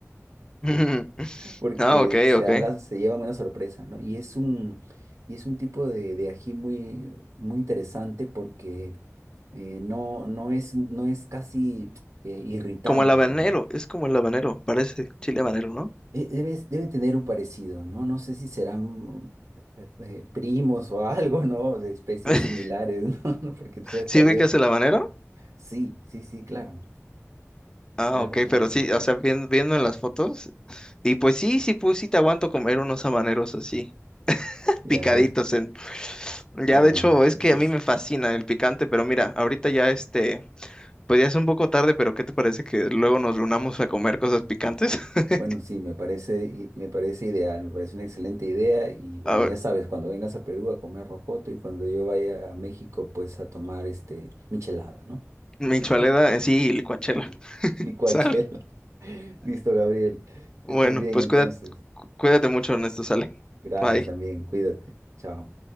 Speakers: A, on the left (about 15°); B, on the right (about 80°).
A: Ujú.
B: porque
A: Ah, ok,
B: se
A: ok.
B: dan las, se llevan una sorpresa, ¿no? Y es un, y es un tipo de, de ají muy, muy interesante porque eh, no, no es, no es casi eh, irritante,
A: Como el habanero,
B: ¿no?
A: es como el habanero, parece chile habanero, ¿no?
B: E- Debe, debe tener un parecido, ¿no? No sé si serán eh, eh, primos o algo, ¿no? De especies
A: <laughs>
B: similares, <laughs> ¿no? Porque tú sabes
A: ¿Sí
B: que ha habido...
A: ubicas el habanero?
B: Sí, sí, sí, claro,
A: Ah,
B: claro,
A: ok,
B: claro,
A: pero sí,
B: lo recuerdo.
A: o sea, vien- viendo en las fotos, y pues sí, sí, pues sí te aguanto comer unos habaneros así.
B: Ya
A: picaditos
B: ves.
A: en... Ya,
B: Bueno,
A: de hecho,
B: entonces...
A: es que a mí me fascina el picante, pero mira, ahorita ya este, pues ya es un poco tarde, pero ¿qué te parece que luego nos reunamos a comer cosas picantes? <laughs>
B: Bueno, sí, me parece, i- me parece ideal, me parece una excelente idea y bueno,
A: A ver,
B: ya sabes, cuando vengas a Perú a comer rocoto y cuando yo vaya a México, pues a tomar este michelada, ¿no?
A: michoaleda,
B: <laughs>
A: eh, sí, y licuachela. <laughs>
B: Licuachela.
A: Sale.
B: <laughs> Listo, Gabriel.
A: Bueno,
B: Que estés bien
A: pues
B: entonces.
A: cuídate, cuídate mucho, Ernesto, sale.
B: Gracias
A: Bye.
B: también, cuídate. Chao.